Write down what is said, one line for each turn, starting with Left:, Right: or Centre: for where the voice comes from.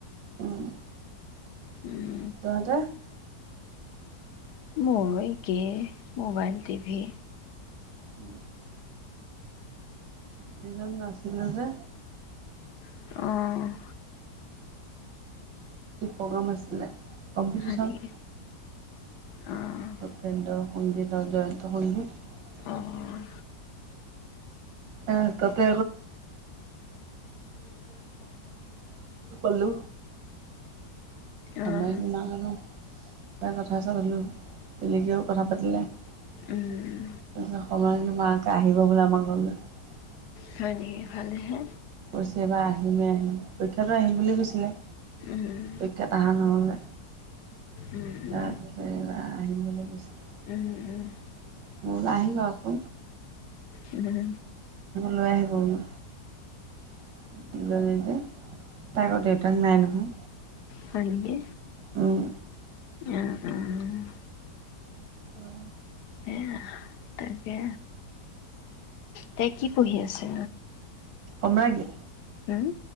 Right: উম
Left: উম
Right: তহঁতে
Left: মই একে মোবাইল টিভি
Right: উম সেইজন নাছিলে যে
Left: অ',
Right: প্ৰগ্ৰাম আছিলে কম্পিটিশ্যন
Left: হয় নেকি? অ',
Right: ভূপেন্দ্ৰ সংগীনৰ জয়ন্ত সংগীত।
Left: অ',
Right: এ তাতে <inaudible> <unintelligible> <inaudible>
Left: অ',
Right: <unintelligible>
Left: উম। হয় নেকি ভালে হে,
Right: কৈছে এইবাৰ আহিমেই আহিম পৰীক্ষা আহিম বুলি কৈছিলে,
Left: উম,
Right: পৰীক্ষাত অহা নহ'ল,
Left: উম, উম।
Right: তাৰপিছত এইবাৰ আহিম বুলি কৈছিলে মই
Left: উম, উম,
Right: বোলো আহিবা আক।
Left: উম
Right: লৈ আহিব বোলো <inaudible> তাইৰ আক দেউতাক নাই নহয়।
Left: হয় নেকি?
Right: উম!
Left: অ', অ',
Right: উম!
Left: সেয়া। তাকে তাই কি পঢ়ি আছে।
Right: সম্ৰাগী
Left: হম